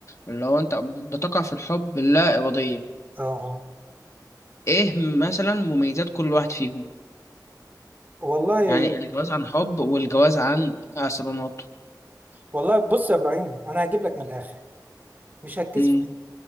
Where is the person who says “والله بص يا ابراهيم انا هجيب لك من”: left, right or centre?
Right